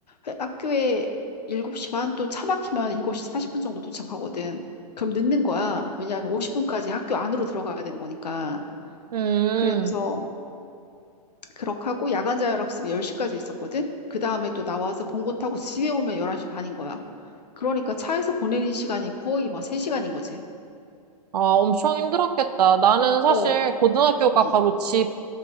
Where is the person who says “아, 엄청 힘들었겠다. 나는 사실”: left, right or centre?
Right